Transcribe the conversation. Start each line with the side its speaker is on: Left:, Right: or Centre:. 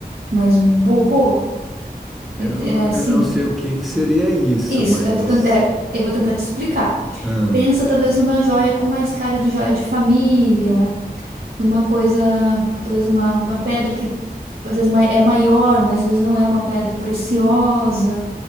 Right: Mas burro,
Centre: Eu
Right: ent-
Centre: não,
Right: é, assim,
Centre: eu não sei o que que seria isso,
Right: isso,
Centre: mas.
Right: eu tô tent- é, eu vou tentar te explicar.
Centre: Ah,
Right: Pensa talvez numa joia com mais cara de joia de família, numa coisa, talvez uma, uma pedra que às vezes mai- é maior, mas às vezes não é uma pedra preciosa.